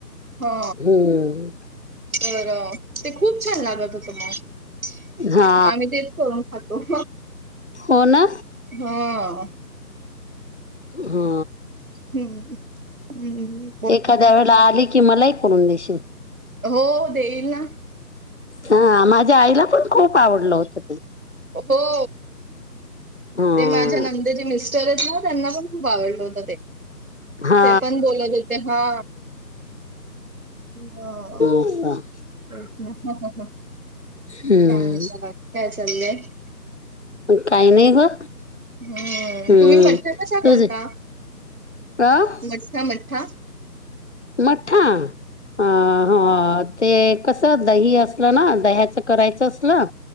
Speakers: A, on the right (about 55°); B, on the left (about 40°).
A: हा
B: हम्म.
A: तर ते खूप छान लागत होत मग
B: हा
A: आम्ही ते करून खातो.
B: हो ना.
A: हा.
B: हा.
A: हम्म हम्म हम्म हम्म.
B: एखाद्या वेळेला आली की मला ही करून देशील.
A: हो देईल ना.
B: हा माझ्या आईला पण खूप आवडलं होत ते.
A: हो.
B: हम्म.
A: ते माझ्या नंदे जे मिस्टर आहेत ना त्यांना पण खूप आवडलं होतं ते.
B: हा
A: ते पण बोलत होते हा. हो
B: असं.
A: <unintelligible> काय.
B: हम्म
A: <inaudible> बाकी काय चालय.
B: काय नाही ग.
A: हम्म
B: हम्म
A: तुम्ही मठ्ठ कसा
B: तुझे
A: करता,
B: अ
A: मठ्ठ मठ्ठा.
B: मठा हा हा. ते कसं दही असलं ना दह्याच करायचं असलं